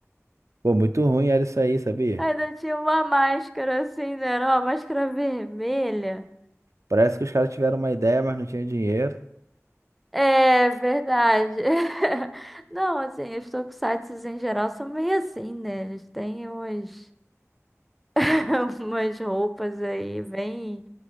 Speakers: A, on the right; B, in the centre.
A: Pô, muito ruim era isso aí, sabia?
B: Ainda tinha uma máscara assim, né? Era uma máscara vermelha.
A: Parece que os caras tiveram uma ideia, mas não tinha dinheiro.
B: É verdade. <laughs> Não, assim, os tokusatsus em geral são meio assim, né? Eles têm umas, <laughs> umas roupas aí, bem.